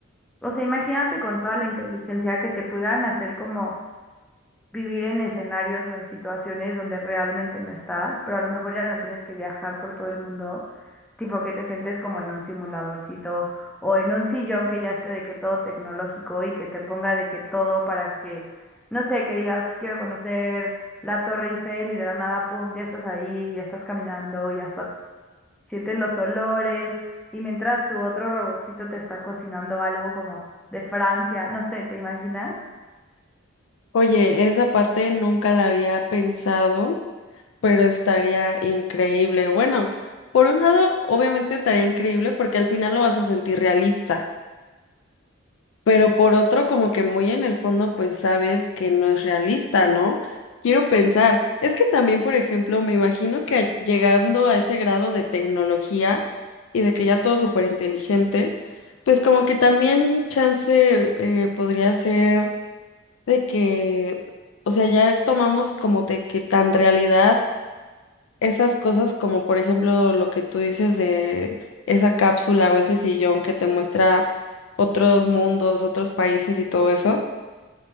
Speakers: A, in the centre; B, on the left.
A: O sea, imagínate con toda la inteligencia que te pudieran hacer como vivir en escenarios o en situaciones donde realmente no estás, pero a lo mejor ya no tienes que viajar por todo el mundo, tipo que te sientes como en un simuladorcito o en un sillón que ya esté de que todo tecnológico y que te ponga de que todo para que, no sé, que digas, quiero conocer la Torre Eiffel y de la nada, pum, ya estás ahí, ya estás caminando y hasta sientes los olores y mientras tu otro robotcito te está cocinando algo como de Francia, no sé, ¿te imaginas?
B: Oye, esa parte nunca la había pensado. Pero estaría increíble. Bueno, por un lado, obviamente estaría increíble porque al final lo vas a sentir realista, pero por otro, como que muy en el fondo, pues sabes que no es realista, ¿no? Quiero pensar, es que también, por ejemplo, me imagino que a- llegando a ese grado de tecnología y de que ya todo súper inteligente, pues como que también chance eh, podría ser de que, o sea, ya tomamos como de que tan realidad esas cosas como por ejemplo lo que tú dices de esa cápsula o ese sillón que te muestra otros mundos, otros países y todo eso,